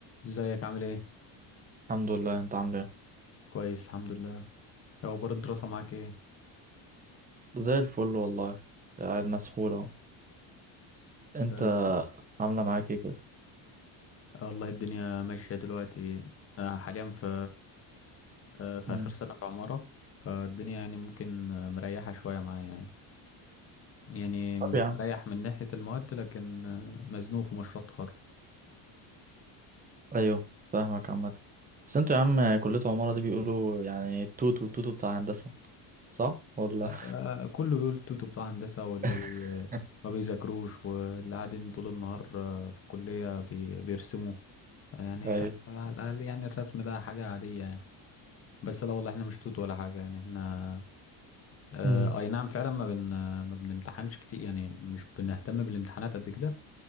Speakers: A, on the left; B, on the right.
A: ازيك عامل ايه
B: الحمد لله انت عامل ايه
A: كويس الحمد لله إيه اخبار الدراسة معاك ايه
B: زي الفل والله قاعد مسحول اهو انت
A: آه
B: عامله معاك ايه كده
A: آه والله الدنيا ماشية دلوقتي آه حاليا في آه في
B: امم
A: اخر سنة في عمارة فالدنيا يعني ممكن آه، مريحة شوية معايا يعني يعني مستريح
B: طب يا عم
A: من ناحية المواد لكن آه، مزنوق في مشروع التخرج
B: ايوه فاهمك عامه بس انتوا يا عم كليه عماره دي بيقولوا يعني التوت والتوتو بتاع هندسه صح ولا
A: آه كله بيقول توتو بتوع هندسة واللي
B: <laughs>
A: بي ما بيذاكروش واللي قاعدين طول النهار آه، في الكلية بي بيرسموا يعني
B: ايوه
A: على الأقل يعني الرسم ده حاجة عادية يعني بس لا والله احنا مش توت ولا حاجة يعني احنا اه
B: امم
A: اي نعم فعلا ما بن ما بنمتحنش كتير يعني مش بنهتم بالامتحانات قد كده